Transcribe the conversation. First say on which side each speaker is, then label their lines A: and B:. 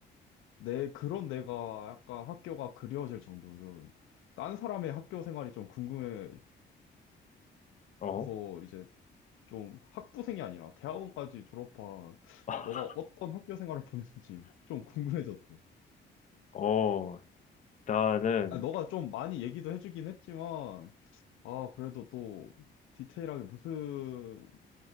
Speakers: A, on the left; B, on the left.
A: 내, 그런 내가 약간 학교가 그리워질 정도면 딴 사람의 학교 생활이 좀 궁금해지더라고.
B: 어,
A: 그래서 이제 좀 학부생이 아니라 대학원까지 졸업한
B: <laughs>
A: 너가 어떤 학교 생활을 보는지 좀 궁금해졌어.
B: 어, 나는,
A: 아, 너가 좀 많이 얘기도 해주긴 했지만, 아, 그래도 또 디테일하게 무슨